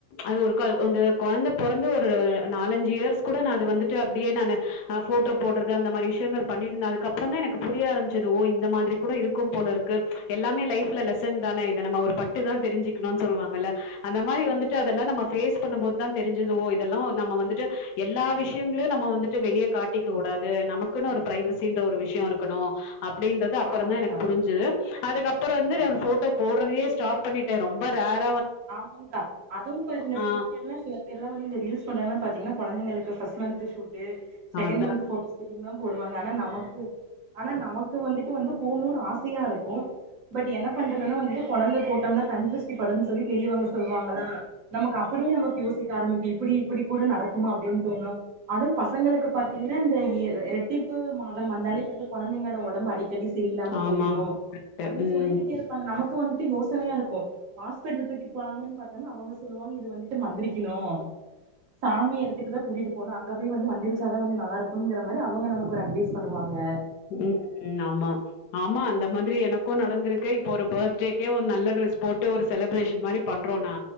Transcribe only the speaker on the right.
ஆமாங்க்கா
ஆ
ஆமாங்க்கா அதுவு பாருங்க
சில பேர்ல சில பேரெல்லா இந்த ரீல்ஸ் பண்றாங்க பாத்தீங்கன்னா கொழந்தைங்களுக் ஃபஸ்ட் மன்த்து ஸூட் இதுசெகண்ட்
மந்த்த் போட்டோ ஷூட்டுனு தா போடுவாங்க ஆனா நமக்கு ஆனா நமக்கு வந்துட்டு வந்து போட்ணுனு ஆசையா இருக்கு பட் என்ன பண்றதுன்னா வந்துட்டு கொழந்தை போட்டோம்னா கண் திருஷ்டிப்படுன்னு சொல்லி பெரியவங்க சொல்லுவாங்களா நமக்கு அப்படியே நமக்கு யோசிக் ஆரம்பிக்க இப்படி இப்படி கூட நடக்குமா அப்படின்னு தோணு அதும் பசங்களுக்கு பாத்தீங்கன்னா இந்த எ இரட்டிப்பு மாதம் வந்தாலே குழந்தைங்களோட ஒடம்பு அடிக்கடி சரியில்லாம
போயிரும் அப்படின்னு
சொல்லிக்கிட்டே இருப்பாங்க நமக்கு இப்போ வந்துட்டு யோசனையா இருக்கு பென்னதூக்கிட் போலாமானு பாத்தோம்னா அவங்க சொல்லுவாங்க இது வந்துட்டு மந்திரிக்கணு சாமி எடத்துக்கு தா கூட்டிட்டு போனு அங்க போய் வந்து மந்திரிச்சாதா வந்து நல்லா இருக்குங்கற மாரி அவங்க நமக்கொரு அட்வைஸ் பண்ணுவாங்க